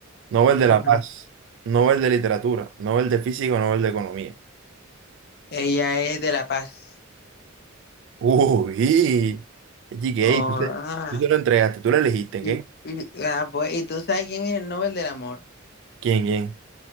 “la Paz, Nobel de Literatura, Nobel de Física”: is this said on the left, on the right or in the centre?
Right